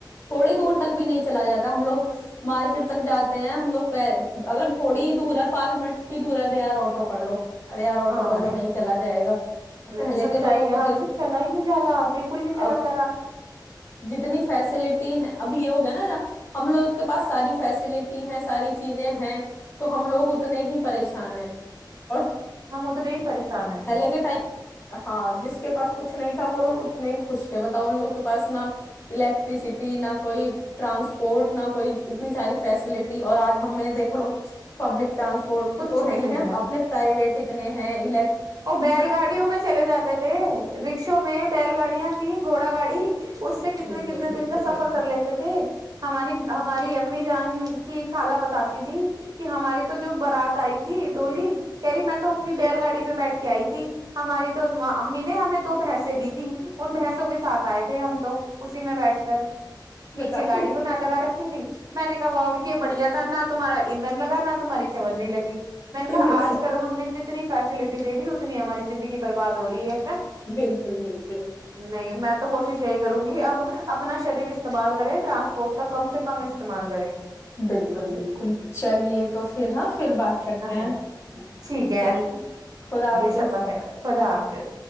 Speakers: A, on the left; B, on the right.
A: تھوڑی دور تک بھی نہیں چلا جاتا ہم لوگ مارکیٹ تک جاتے ہیں ہم اگر تھوڑی ہی دور ہے پانچ منٹ بھی دور ہے تو یار آٹو کر لو ارے یار آٹو
B: ہاں
A: کر لو نہیں چلا جائے گا پہلے
B: نہیں سچائی
A: کے لوگوں
B: ہے
A: کو
B: ہم
A: دیکھ
B: سے چلا ہی نہیں جا رہا بالکل نہیں چلا
A: اب
B: جا رہا
A: جتنی فیسلٹی ہیں اب یہ ہو گیا نا ہم لوگ کے پاس ساری فیسلٹی ہیں ساری چیزیں ہیں تو ہم لوگ اتنے ہی پریشان ہیں اور
B: ہاں مت دی پریشان ہے
A: پہلے کے ٹائم ہاں جس کے پاس کچھ نہیں تھا وہ لوگ اتنے ہی خوش تھے بتاؤ ان لوگ کے پس نہ الیکٹرسٹی نہ کوئی ٹرانسپورٹ نہ کوئی اتنی ساری فیسلٹی اور آج ہمیں دیکھ لو پبلک ٹرانس پٹ
B: کچھ
A: تو
B: بھی
A: ہے ہی
B: نہیں
A: ہے اپنے پرائیوٹ تنے ہیں ال
B: وہ بیل گاڑیوں میں چلے جاتے تھے رکشوں میں بیل گاڑیاں تھیں گھوڑا گاڑی اس سے کتنے
A: بالکل
B: کتنے
A: بالکل
B: دن کا سفر
A: بالکل
B: کر لیتے تھے ہماری ہماری امی جان کی خالہ بتاتی تھھی کہ ہماری تو جو بارات آئی تھی ڈولی کہہ رہی میں تو اپنی بیل گاڑی میں بیٹھھی آئی تھی ہماری تو امی نے ہمیں دو بھینسیں دی تھی ان بھینسوں کے ساتھ آئے تھے ہم تو اسی میں بیٹھ کر پیچھے
A: بتاؤ
B: گاڑی وہ نہ لگا رکھی تھی میں نے کہا و یہ بڑھیا تھا نہ تمہا ادھ لگا نہ تمہاری چورنی لگی میں نے
A: بالکل
B: کہا آج کل ہم نے جتنی فیسلٹی اتنی ہماری زندگی برباد ہو رہی ہے
A: بالکل
B: نہیں میں تو کوشش یہی کروں گی اب اپنا شریر استعمال کر ٹرانسپورٹ کا کم سے کم استعمال کریں
A: بالکل بالکل چلیے تو پھر ہاں پھر بات کرتے
B: ہاں
A: ہیں
B: ٹھیک ہے
A: چل خدا حافظ
B: یہ شباخرات خدا حافظ